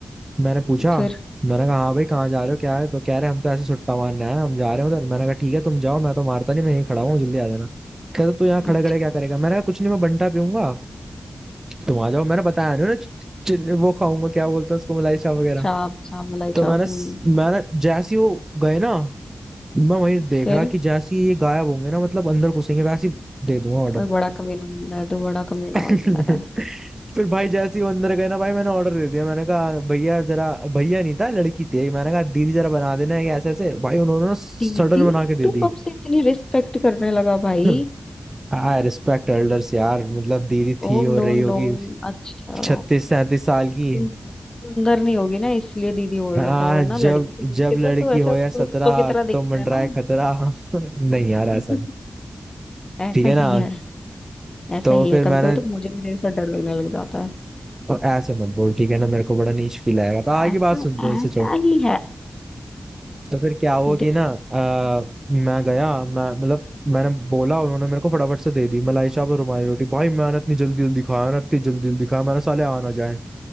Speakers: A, on the right; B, on the left.
A: मैंने पूछा
B: फिर
A: मैंने कहा हाँ भाई कहाँ जा रहे हो क्या है तो कह रहे हम तो ऐसे सुट्टा मारने आए हैं, हम जा रहे हैं उधर मैंने कहा ठीक है तुम जाओ मैं तो मारता नहीं मैं यहीं खड़ा हुआ हूँ जल्दी आ जाना कहते तू यहाँ खड़े
B: अच्छा
A: खड़े क्या करेगा मैंने कहा कुछ नहीं मैं बंटा पीऊंगा तुम आ जाओ मैंने बताया नहीं ना च- च- वो खाऊंगा क्या बोलते हैं उसको मलाई चाप वगैरह
B: चाप चाप मलाई
A: तो
B: चाप
A: मैंने स-
B: हम्म
A: मैंने जैसे ही वो गए ना मैं वही देख
B: फिर
A: रहा कि जैसे ही ये गायब होंगे ना मतलब अंदर घुसेंगे वैसे ही दे दूंगा ऑर्डर
B: और बड़ा कमीना बंदा है तो बड़ा कमीना
A: <laughs>
B: बंदा है
A: फिर भाई जैसे ही वो अंदर गए ना भाई मैंने ऑर्डर दे दिया मैंने कहा भैया जरा भैया नहीं था लड़की थी मैंने कहा दीदी जरा बना देना है ऐसे ऐसे भाई उन्होंने ना सडन
B: दीदी
A: बना के दे
B: तू
A: दी
B: कब से इतनी रिस्पेक्ट करने लगा भाई
A: <clears throat> <laughs> आई रिस्पेक्ट एल्डर्स यार मतलब दीदी
B: Oh
A: थी हो
B: no
A: रही होगी
B: no अच्छा
A: छत्तीस सैंतीस साल की
B: सुन- सुंदर नहीं होगी ना इसलिए दीदी बोल रहा
A: हाँ
B: था वरना
A: जब
B: लड़की को देख
A: जब
B: के तो
A: लड़की
B: तू ऐसे
A: हो या सत्रह
B: कुत्तों की तरह देखता
A: तो मंडराए
B: है ना
A: खतरा <laughs> नहीं यार
B: <laughs>
A: ऐसा नहीं।
B: ऐसा
A: ठीक है ना
B: ही है ऐसा
A: तो
B: ही
A: फिर
B: है कभी
A: मैंने
B: कभी तो मुझे भी तेरे साथ डर लगने लग जाता है
A: और ऐसे मत बोल ठीक है ना मेरे को बड़ा नीच फील आएगा तो आगे
B: ऐसा
A: बात सुन तो
B: ऐसा
A: इसे छोड़
B: ही
A: तो फिर क्या हुआ
B: है
A: कि ना आ, मैं गया मैं मतलब मैंने बोला उन्होंने मेरे को फटाफट से दे दी मलाई चाप और रुमाली रोटी भाई मैंने इतनी जल्दी जल्दी खाया ना इतनी जल्दी जल्दी खाया मैंने साले आ ना जाए